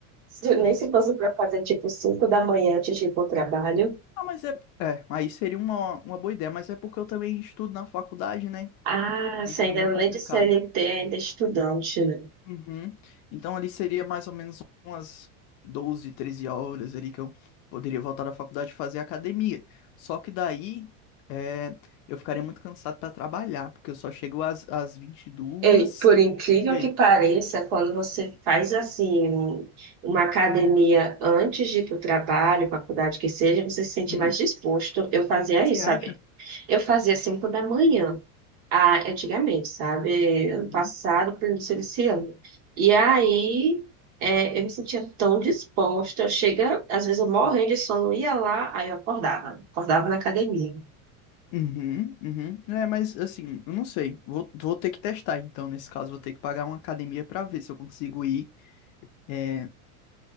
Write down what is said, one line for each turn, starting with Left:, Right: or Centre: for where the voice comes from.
Right: Se- Nem se fosse para fazer, tipo, 5 da manhã antes de ir para o trabalho.
Left: Ah, mas é. É, aí seria uma, uma boa ideia, mas é porque eu também estudo na faculdade, né?
Right: Ah,
Left: Então
Right: se
Left: Fica
Right: ainda
Left: meio complicado.
Right: além de CLT, ainda é estudante, né?
Left: Uhum. Então ali seria mais ou menos umas doze 13 horas ali que eu poderia voltar da faculdade e fazer academia. Só que daí é, eu ficaria muito cansado para trabalhar, porque eu só chego às, às 22.
Right: Ei, por incrível
Left: Por
Right: que
Left: aí.
Right: pareça, quando você faz, assim, um- uma academia antes de ir para o trabalho, faculdade que seja, você se sente
Left: Hum.
Right: mais disposto. Eu fazia
Left: Você
Right: isso,
Left: acha?
Right: sabe? Eu fazia 5 da manhã. Ah, antigamente, sabe? Ano
Left: Uhum.
Right: passado, para início desse ano. E aí, é, eu me sentia tão disposta. Chega, às vezes eu morrendo de sono, ia lá, aí eu acordava. Acordava na academia.
Left: Uhum, uhum. É, mas assim, eu não sei. Vou, vou ter que testar, então, nesse caso, vou ter que pagar uma academia para ver se eu consigo ir. É,